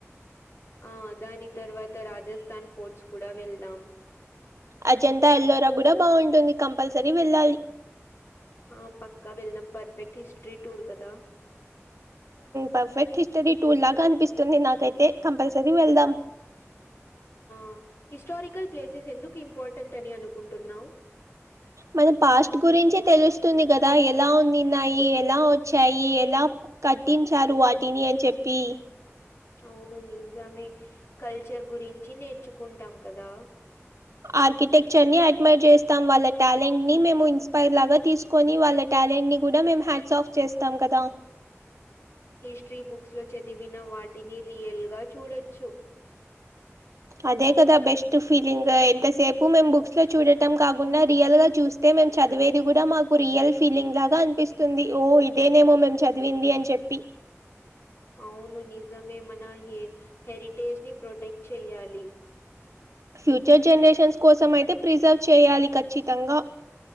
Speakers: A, on the left (about 55°); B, on the right (about 80°).
A: ఆ దాని తర్వాత రాజస్థాన్ ఫోర్ట్స్ కూడా వెళ్దాం
B: అజంతా ఎల్లోరా కూడా బావుంటుంది కంపల్సరీ వెళ్ళాలి
A: ఆ పక్కా వెళ్దాం పర్ఫెక్ట్ హిస్టరీ టూర్ కదా
B: పర్ఫెక్ట్ హిస్టరీ టూర్ లాగా అనిపిస్తుంది నాకైతే కంపల్సరీ వెళ్దాం
A: మ్ హిస్టారికల్ ప్లేసెస్ ఎందుకు ఇంపార్టెంట్ అని అనుకుంటున్నావు
B: మన పాస్ట్ గురించి తెలుస్తుంది కదా ఎలా ఉ న్నిన్నాయి ఎలా వచ్చాయి ఎలా కట్టించారు వాటిని అని చెప్పి
A: అవును నిజమే కల్చర్ గురించి నేర్చుకుంటాం కదా
B: ఆర్కిటెక్చర్ ని అడ్మైర్ చేస్తాం వాళ్ళ టాలెంట్ ని మేము ఇన్స్పైైర్ లాగా తీసుకొని వాళ్ళ టే టాలెంట్ ని కూడా మేం హ్యాట్సాఫ్ ఆఫ్ చేస్తాం కదా
A: హిస్టరీ బుక్స్ లో చదివిన వాటిని రియల్గా చూడొచ్చు
B: అదే కదా బెస్ట్ ఫీలింగ్ ఎంతసేపు మేం బుక్స్ లో చూడటం కాకుండా రియల్ గా చూస్తే చదివేది కూడా మాకు రియల్ ఫీలింగ్ లాగా అనిపిస్తుంది ఓ ఇదేనేమో మేము చదివింది అని చెప్పి
A: అవును నిజమే మన హెరిటేజ్ ని ప్రొటెక్ట్ చేయ్యాలి
B: ఫ్యూచర్ జనరేషన్స్ కోస అయితే ప్రిజర్వ్ చేయాలి ఖచ్చితంగా